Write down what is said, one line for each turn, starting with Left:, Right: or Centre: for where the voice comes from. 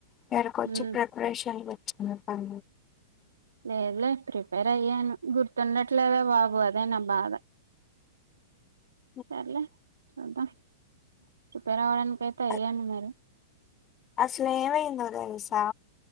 Left: ఇక్కడకి వచ్చి
Right: ఉమ్
Left: ప్రి రషయాలు వచ్చిన ప
Right: లేదులే ప్రిపేర్ అయ్యాను గుర్తుండట్లేదే బాబు అదే నా బాధ
Left: <inaudible>
Right: సర్లే చూద్దాం ప్రిపేర్ అవ్వడానికి అయితే అయ్యాను
Left: అ-
Right: మరి
Left: అసలు ఏమైందో తెలుసా